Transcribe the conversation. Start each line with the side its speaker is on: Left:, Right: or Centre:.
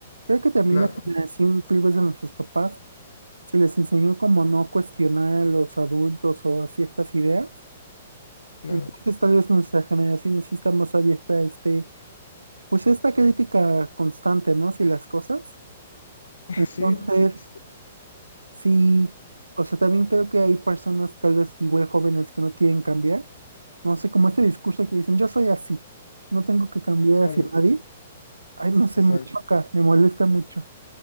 Right: Creo que también
Left: Claro,
Right: la generación tal vez de nuestros papás se les enseñó como no cuestionar a los adultos o a ciertas ideas.
Left: claro.
Right: Entonces tal vez nuestra generación sí está más abierta a este, pues a esta crítica constante, ¿no? Si las cosas.
Left: <laughs>
Right: Entonces,
Left: Sí, sí, sí,
Right: sí, o sea, también creo que hay personas tal vez igual jóvenes que no quieren cambiar. No sé, como este discurso que dicen, yo soy así, no tengo que cambiar
Left: claro,
Right: hacia nadie. Ay, no sé,
Left: exacto.
Right: me choca, me molesta mucho.